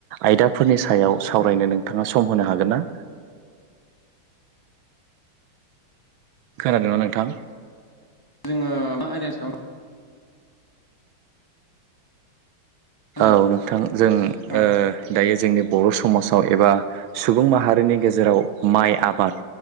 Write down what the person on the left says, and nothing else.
औ
जोङो मा आयदानि सायाव खोनादों
औ